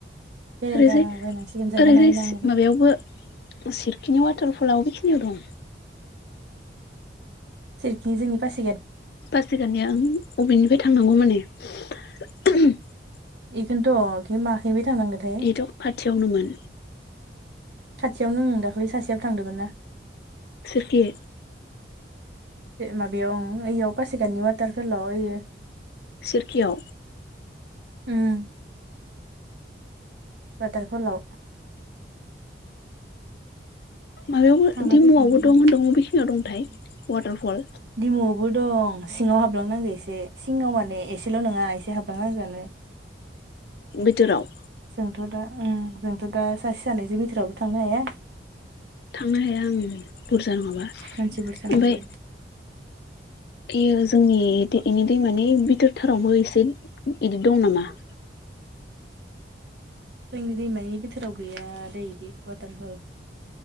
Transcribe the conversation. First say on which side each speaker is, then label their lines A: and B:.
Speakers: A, on the right (about 70°); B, on the left (about 60°).
A: बेरायला
B: ओरैजाय
A: बायनांसिगोन जायगा
B: ओरैजाय
A: नायनांगोन
B: सि माबायावबो <unintelligible> बिनि वाटारफला अबेखिनियाव दं?
A: सोरखिं जोंनि फास
B: पासिगातनिया ओं अबेनिफ्राय थांनांगौ माने? <unintelligible>
A: इखोन्थ' बियो माखैबा थांनांगोनथाय?
B: बेथ' खाथियावनोमोन
A: खाथियावनो दा। दाख्लै सासेआबो थांदोमोन ना।
B: सोरखि
A: माबायाव ओइआव पासिघाटनि वाटारफलाव ओयो
B: सोरखियाव
A: ओम वाटारफलाव
B: माबायावबो
A: थांना
B: डिमुआवबो
A: फैखांबाय
B: दं होनदों बबेखिनियाव दंथाय
A: <unintelligible>
B: वाटारफल
A: दिमुआवबो दं। सिङाव हाबलांनांगो एसे सिङाव माने एसेल' नङा एसे हाबलांनांगोआनो।
B: बिथोराव।
A: जोंथ' दा ओं जोंथ' दा सासे सानैजों बिथोरावबो थांनो हाया।
B: थांनो हाया ओं बुरजा नङाबा।
A: मानसि बुरजा
B: ओमफ्राय
A: नांगो
B: एयो जोंनि इनि दैमानि बिथोर थारावबो एसे इदि दं नामा? <inaudible>
A: जोंनि दैमानि बिथोराव गैयादै इदि वाटारफल।